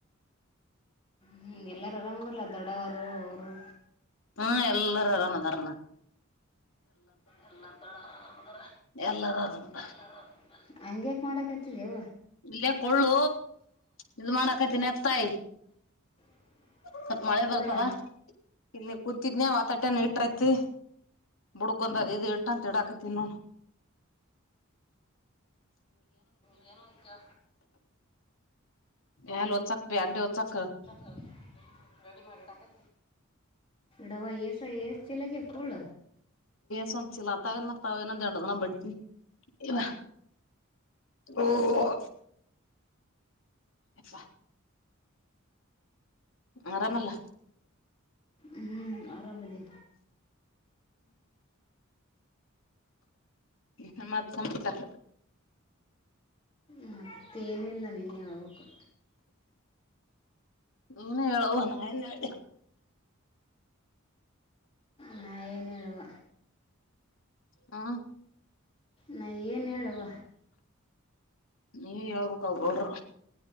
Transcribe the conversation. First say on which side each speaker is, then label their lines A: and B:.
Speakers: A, on the left; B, on the left.
A: ಹ್ಮ್ ಎಲ್ಲಾರೂ ಆರಾಮ್ ಅದರಲ್ಲ ದೊಡವರು ಅವ್ರು.
B: ಹ್ಮ ಎಲ್ಲಾರ ಅರಾಮ ಅದ ಅರಾಮ
A: ಎಲ್ಲಾರ ದೊಡ ಆರಾಮದಾರ
B: ಎಲ್ಲಾರ ಆರಾಮದ
A: ಎಲ್ಲಾರ ಕ ಮಾಡೋಕತ್ತೀವು
B: ಇಲ್ಲಯ ಕೊಳ್ಳು ಇ ಮಾಡಕತಿನತ್ತಾಯ
A: <inaudible>
B: ಸ್ವಲ್ಪ ಮಳೆ
A: ಕೂಳ
B: ಬರ್ತಾವ ಇ ಕುೂಂತಿದ್ನಯ ವಾತಾಟ್ಯನ ಇಟ್ರೈತಿ ಬುಡ್ಕಂದದ ಇ ಇಟ್ಟ ಅಂತಡಾಕತಿನ್ ನೋ
A: ಗಾನ. ಕೆಲ
B: ಎಲ್ ಓಚಕ್ ಬ ಆಗಡಿ ಒಚಕ್
A: ಸ ರೆಡಿಮೇಡ್ಡಾಕನ ಡವಾ ಏಸ ಎಏಷ್ಟ ಚಲಕ್ಕೆ ಕೂಡ
B: ಸ್ವಿಲ್ಲತಾವನ್ತಾವ ಏನ ದಂಡದನ ಬಡ್ತನ ಇವ ಹ ಎಪ್ಪಾ ಆರಾಮಲ್ಲ
A: ಹ್ಮ ಆರಾಮಿದೀ
B: ಯ ಮತ ಸಮಸಚಾರ
A: ಮತ್ತೇನಿಲ್ಲ ನೀನ್ಗೆ ಹಳ್ಬೇಕು
B: ನೀನ್ ಹೇಳುವ ನಾ ಏನ್ ಹೇಳಿ
A: ನ ಏನು ಹೇಳುವ
B: ಹಾ
A: ನಾ ಏನ್ ಹೇಳುವ
B: ನೀವ ಹೇಳ್ಬೇಕಕ್ೋಡರು